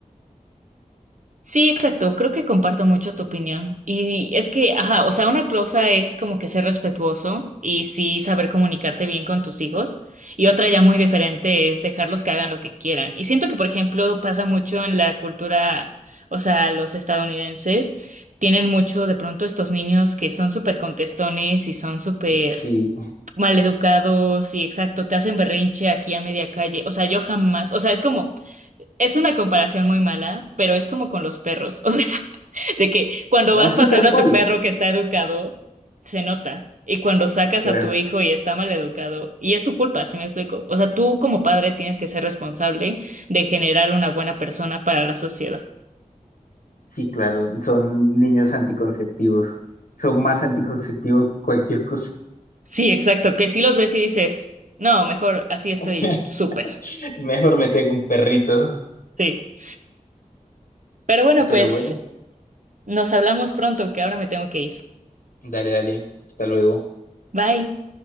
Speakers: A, on the right; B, on the left.
A: Sí, exacto. Creo que comparto mucho tu opinión. Y es que, ajá, o sea, una cosa es como que ser respetuoso y sí saber comunicarte bien con tus hijos. Y otra ya muy diferente es dejarlos que hagan lo que quieran. Y siento que, por ejemplo, pasa mucho en la cultura, o sea, los estadounidenses tienen mucho de pronto estos niños que son súper contestones y son súper
B: Sí,
A: maleducados y exacto, te hacen berrinche aquí a media calle. O sea, yo jamás, o sea, es como... Es una comparación muy mala, pero es como con los perros. <laughs> O sea, de que cuando
B: no,
A: vas
B: sí,
A: paseando
B: tal cual.
A: a tu perro que está educado, se nota. Y cuando sacas
B: Claro,
A: a tu hijo y está mal educado, y es tu culpa, ¿sí me explico? O sea, tú como padre tienes que ser responsable de generar una buena persona para la sociedad.
B: sí, claro, son niños anticonceptivos, son más anticonceptivos que cualquier cosa.
A: Sí, exacto, que si los ves y dices, no, mejor así estoy
B: <laughs>
A: súper.
B: Mejor me tengo un perrito.
A: Sí. Pero bueno,
B: Pero
A: pues
B: bueno,
A: nos hablamos pronto, que ahora me tengo que ir.
B: dale, dale. Hasta luego.
A: Bye.